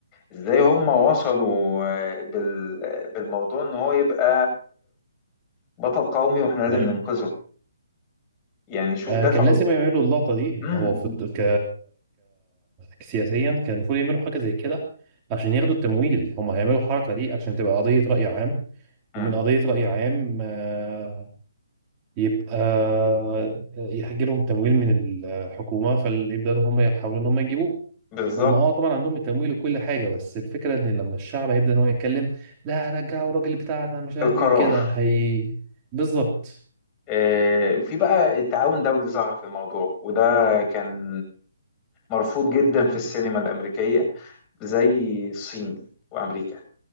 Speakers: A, on the left; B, on the right.
A: ازاي هم وصلوا آه، بال- بالموضوع ان هو يبقى بطل قومي واحنا لازم
B: يعني-
A: ننقذه يعني شوف
B: آه،
A: دفعه
B: كان لازم يعملوا اللقطة دي
A: مم.
B: هو في الت- ك... ك سياسيا كان المفروض يعملوا حاجة زي كده عشان ياخدوا التمويل هم هيعملوا الحركة دي عشان تبقى قضية رأي عام
A: مم.
B: ومن قضية رأي عام آه، يبقى آه، يحج لهم تمويل من الحكومة فيبدأوا هم يحاولوا إن هم يجيبوه
A: بالظبط
B: هم اه طبعا عندهم التمويل وكل حاجة بس الفكرة إن لما الشعب هيبدأ إن هو يتكلم لا رجعوا الراجل بتاعنا مش عارف
A: القرار
B: إيه كده هي بالظبط
A: آه، في بقى التعاون دولي ظهر في الموضوع وده كان مرفوض جدا في السينما الأمريكية زي الصين وأمريكا